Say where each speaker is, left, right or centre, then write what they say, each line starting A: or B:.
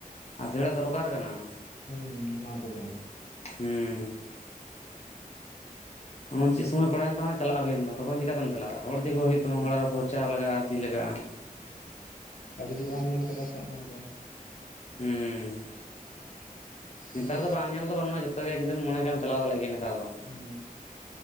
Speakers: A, on the left (about 45°); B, on the left (about 65°).
A: ᱟᱨ ᱥᱮᱲᱟ ᱫᱚᱨᱠᱟᱨ ᱠᱟᱱᱟ ᱾
B: ᱦᱩᱸᱦ, ᱯ-ᱪᱟᱜ ᱚᱱᱟ ᱠᱚ ᱫᱚ
A: ᱪᱟ--ᱜ, ᱦᱩᱸᱦ ᱾ ᱮᱢᱚᱱ ᱪᱮᱜ ᱥᱚᱢᱚᱭ ᱯᱟᱲᱟᱣᱮᱱ ᱛᱟᱢᱟ ᱪᱟᱞᱟᱜ ᱦᱳᱭᱮᱱ ᱛᱟᱢᱟ ᱛᱚᱠᱷᱚᱱ ᱪᱮᱠᱟ ᱛᱮᱢ? ᱪᱟᱞᱟᱜ ᱦᱚᱲ ᱤᱫᱤ ᱠᱚ
B: ᱦᱩᱸ
A: ᱦᱳᱭᱳᱜ ᱛᱟᱢᱟ ᱦᱚᱲ ᱟᱨ ᱦᱚ ᱠᱷᱚᱨᱪᱟ ᱞᱟᱜᱟᱜᱼᱟ ᱟᱨ ᱪᱤᱫ ᱞᱟᱜᱟᱜᱼᱟ ᱾
B: ᱟᱨ ᱡᱩᱫᱤ ᱵᱟᱢ ᱧᱮᱞ ᱟᱠᱟᱫᱟ ᱠᱷᱟᱡ ᱢᱟ ᱵᱟᱥ
A: ᱦᱩᱸᱦ ᱱᱮᱛᱟᱨ
B: ᱤᱭᱟᱹ
A: ᱫᱚ ᱵᱟᱝ ᱧᱮᱞ ᱫᱚ ᱵᱟᱹᱱᱩᱜᱼᱟ ᱡᱚ ᱛᱚ ᱜᱮ ᱡᱩᱫᱤᱢ ᱢᱚᱱᱮ ᱠᱷᱟᱢ ᱪᱟᱞᱟᱣ ᱫᱟᱲᱮᱜ ᱜᱮᱭᱟ ᱱᱮᱛᱟᱨ ᱫᱚ
B: ᱦᱩᱸ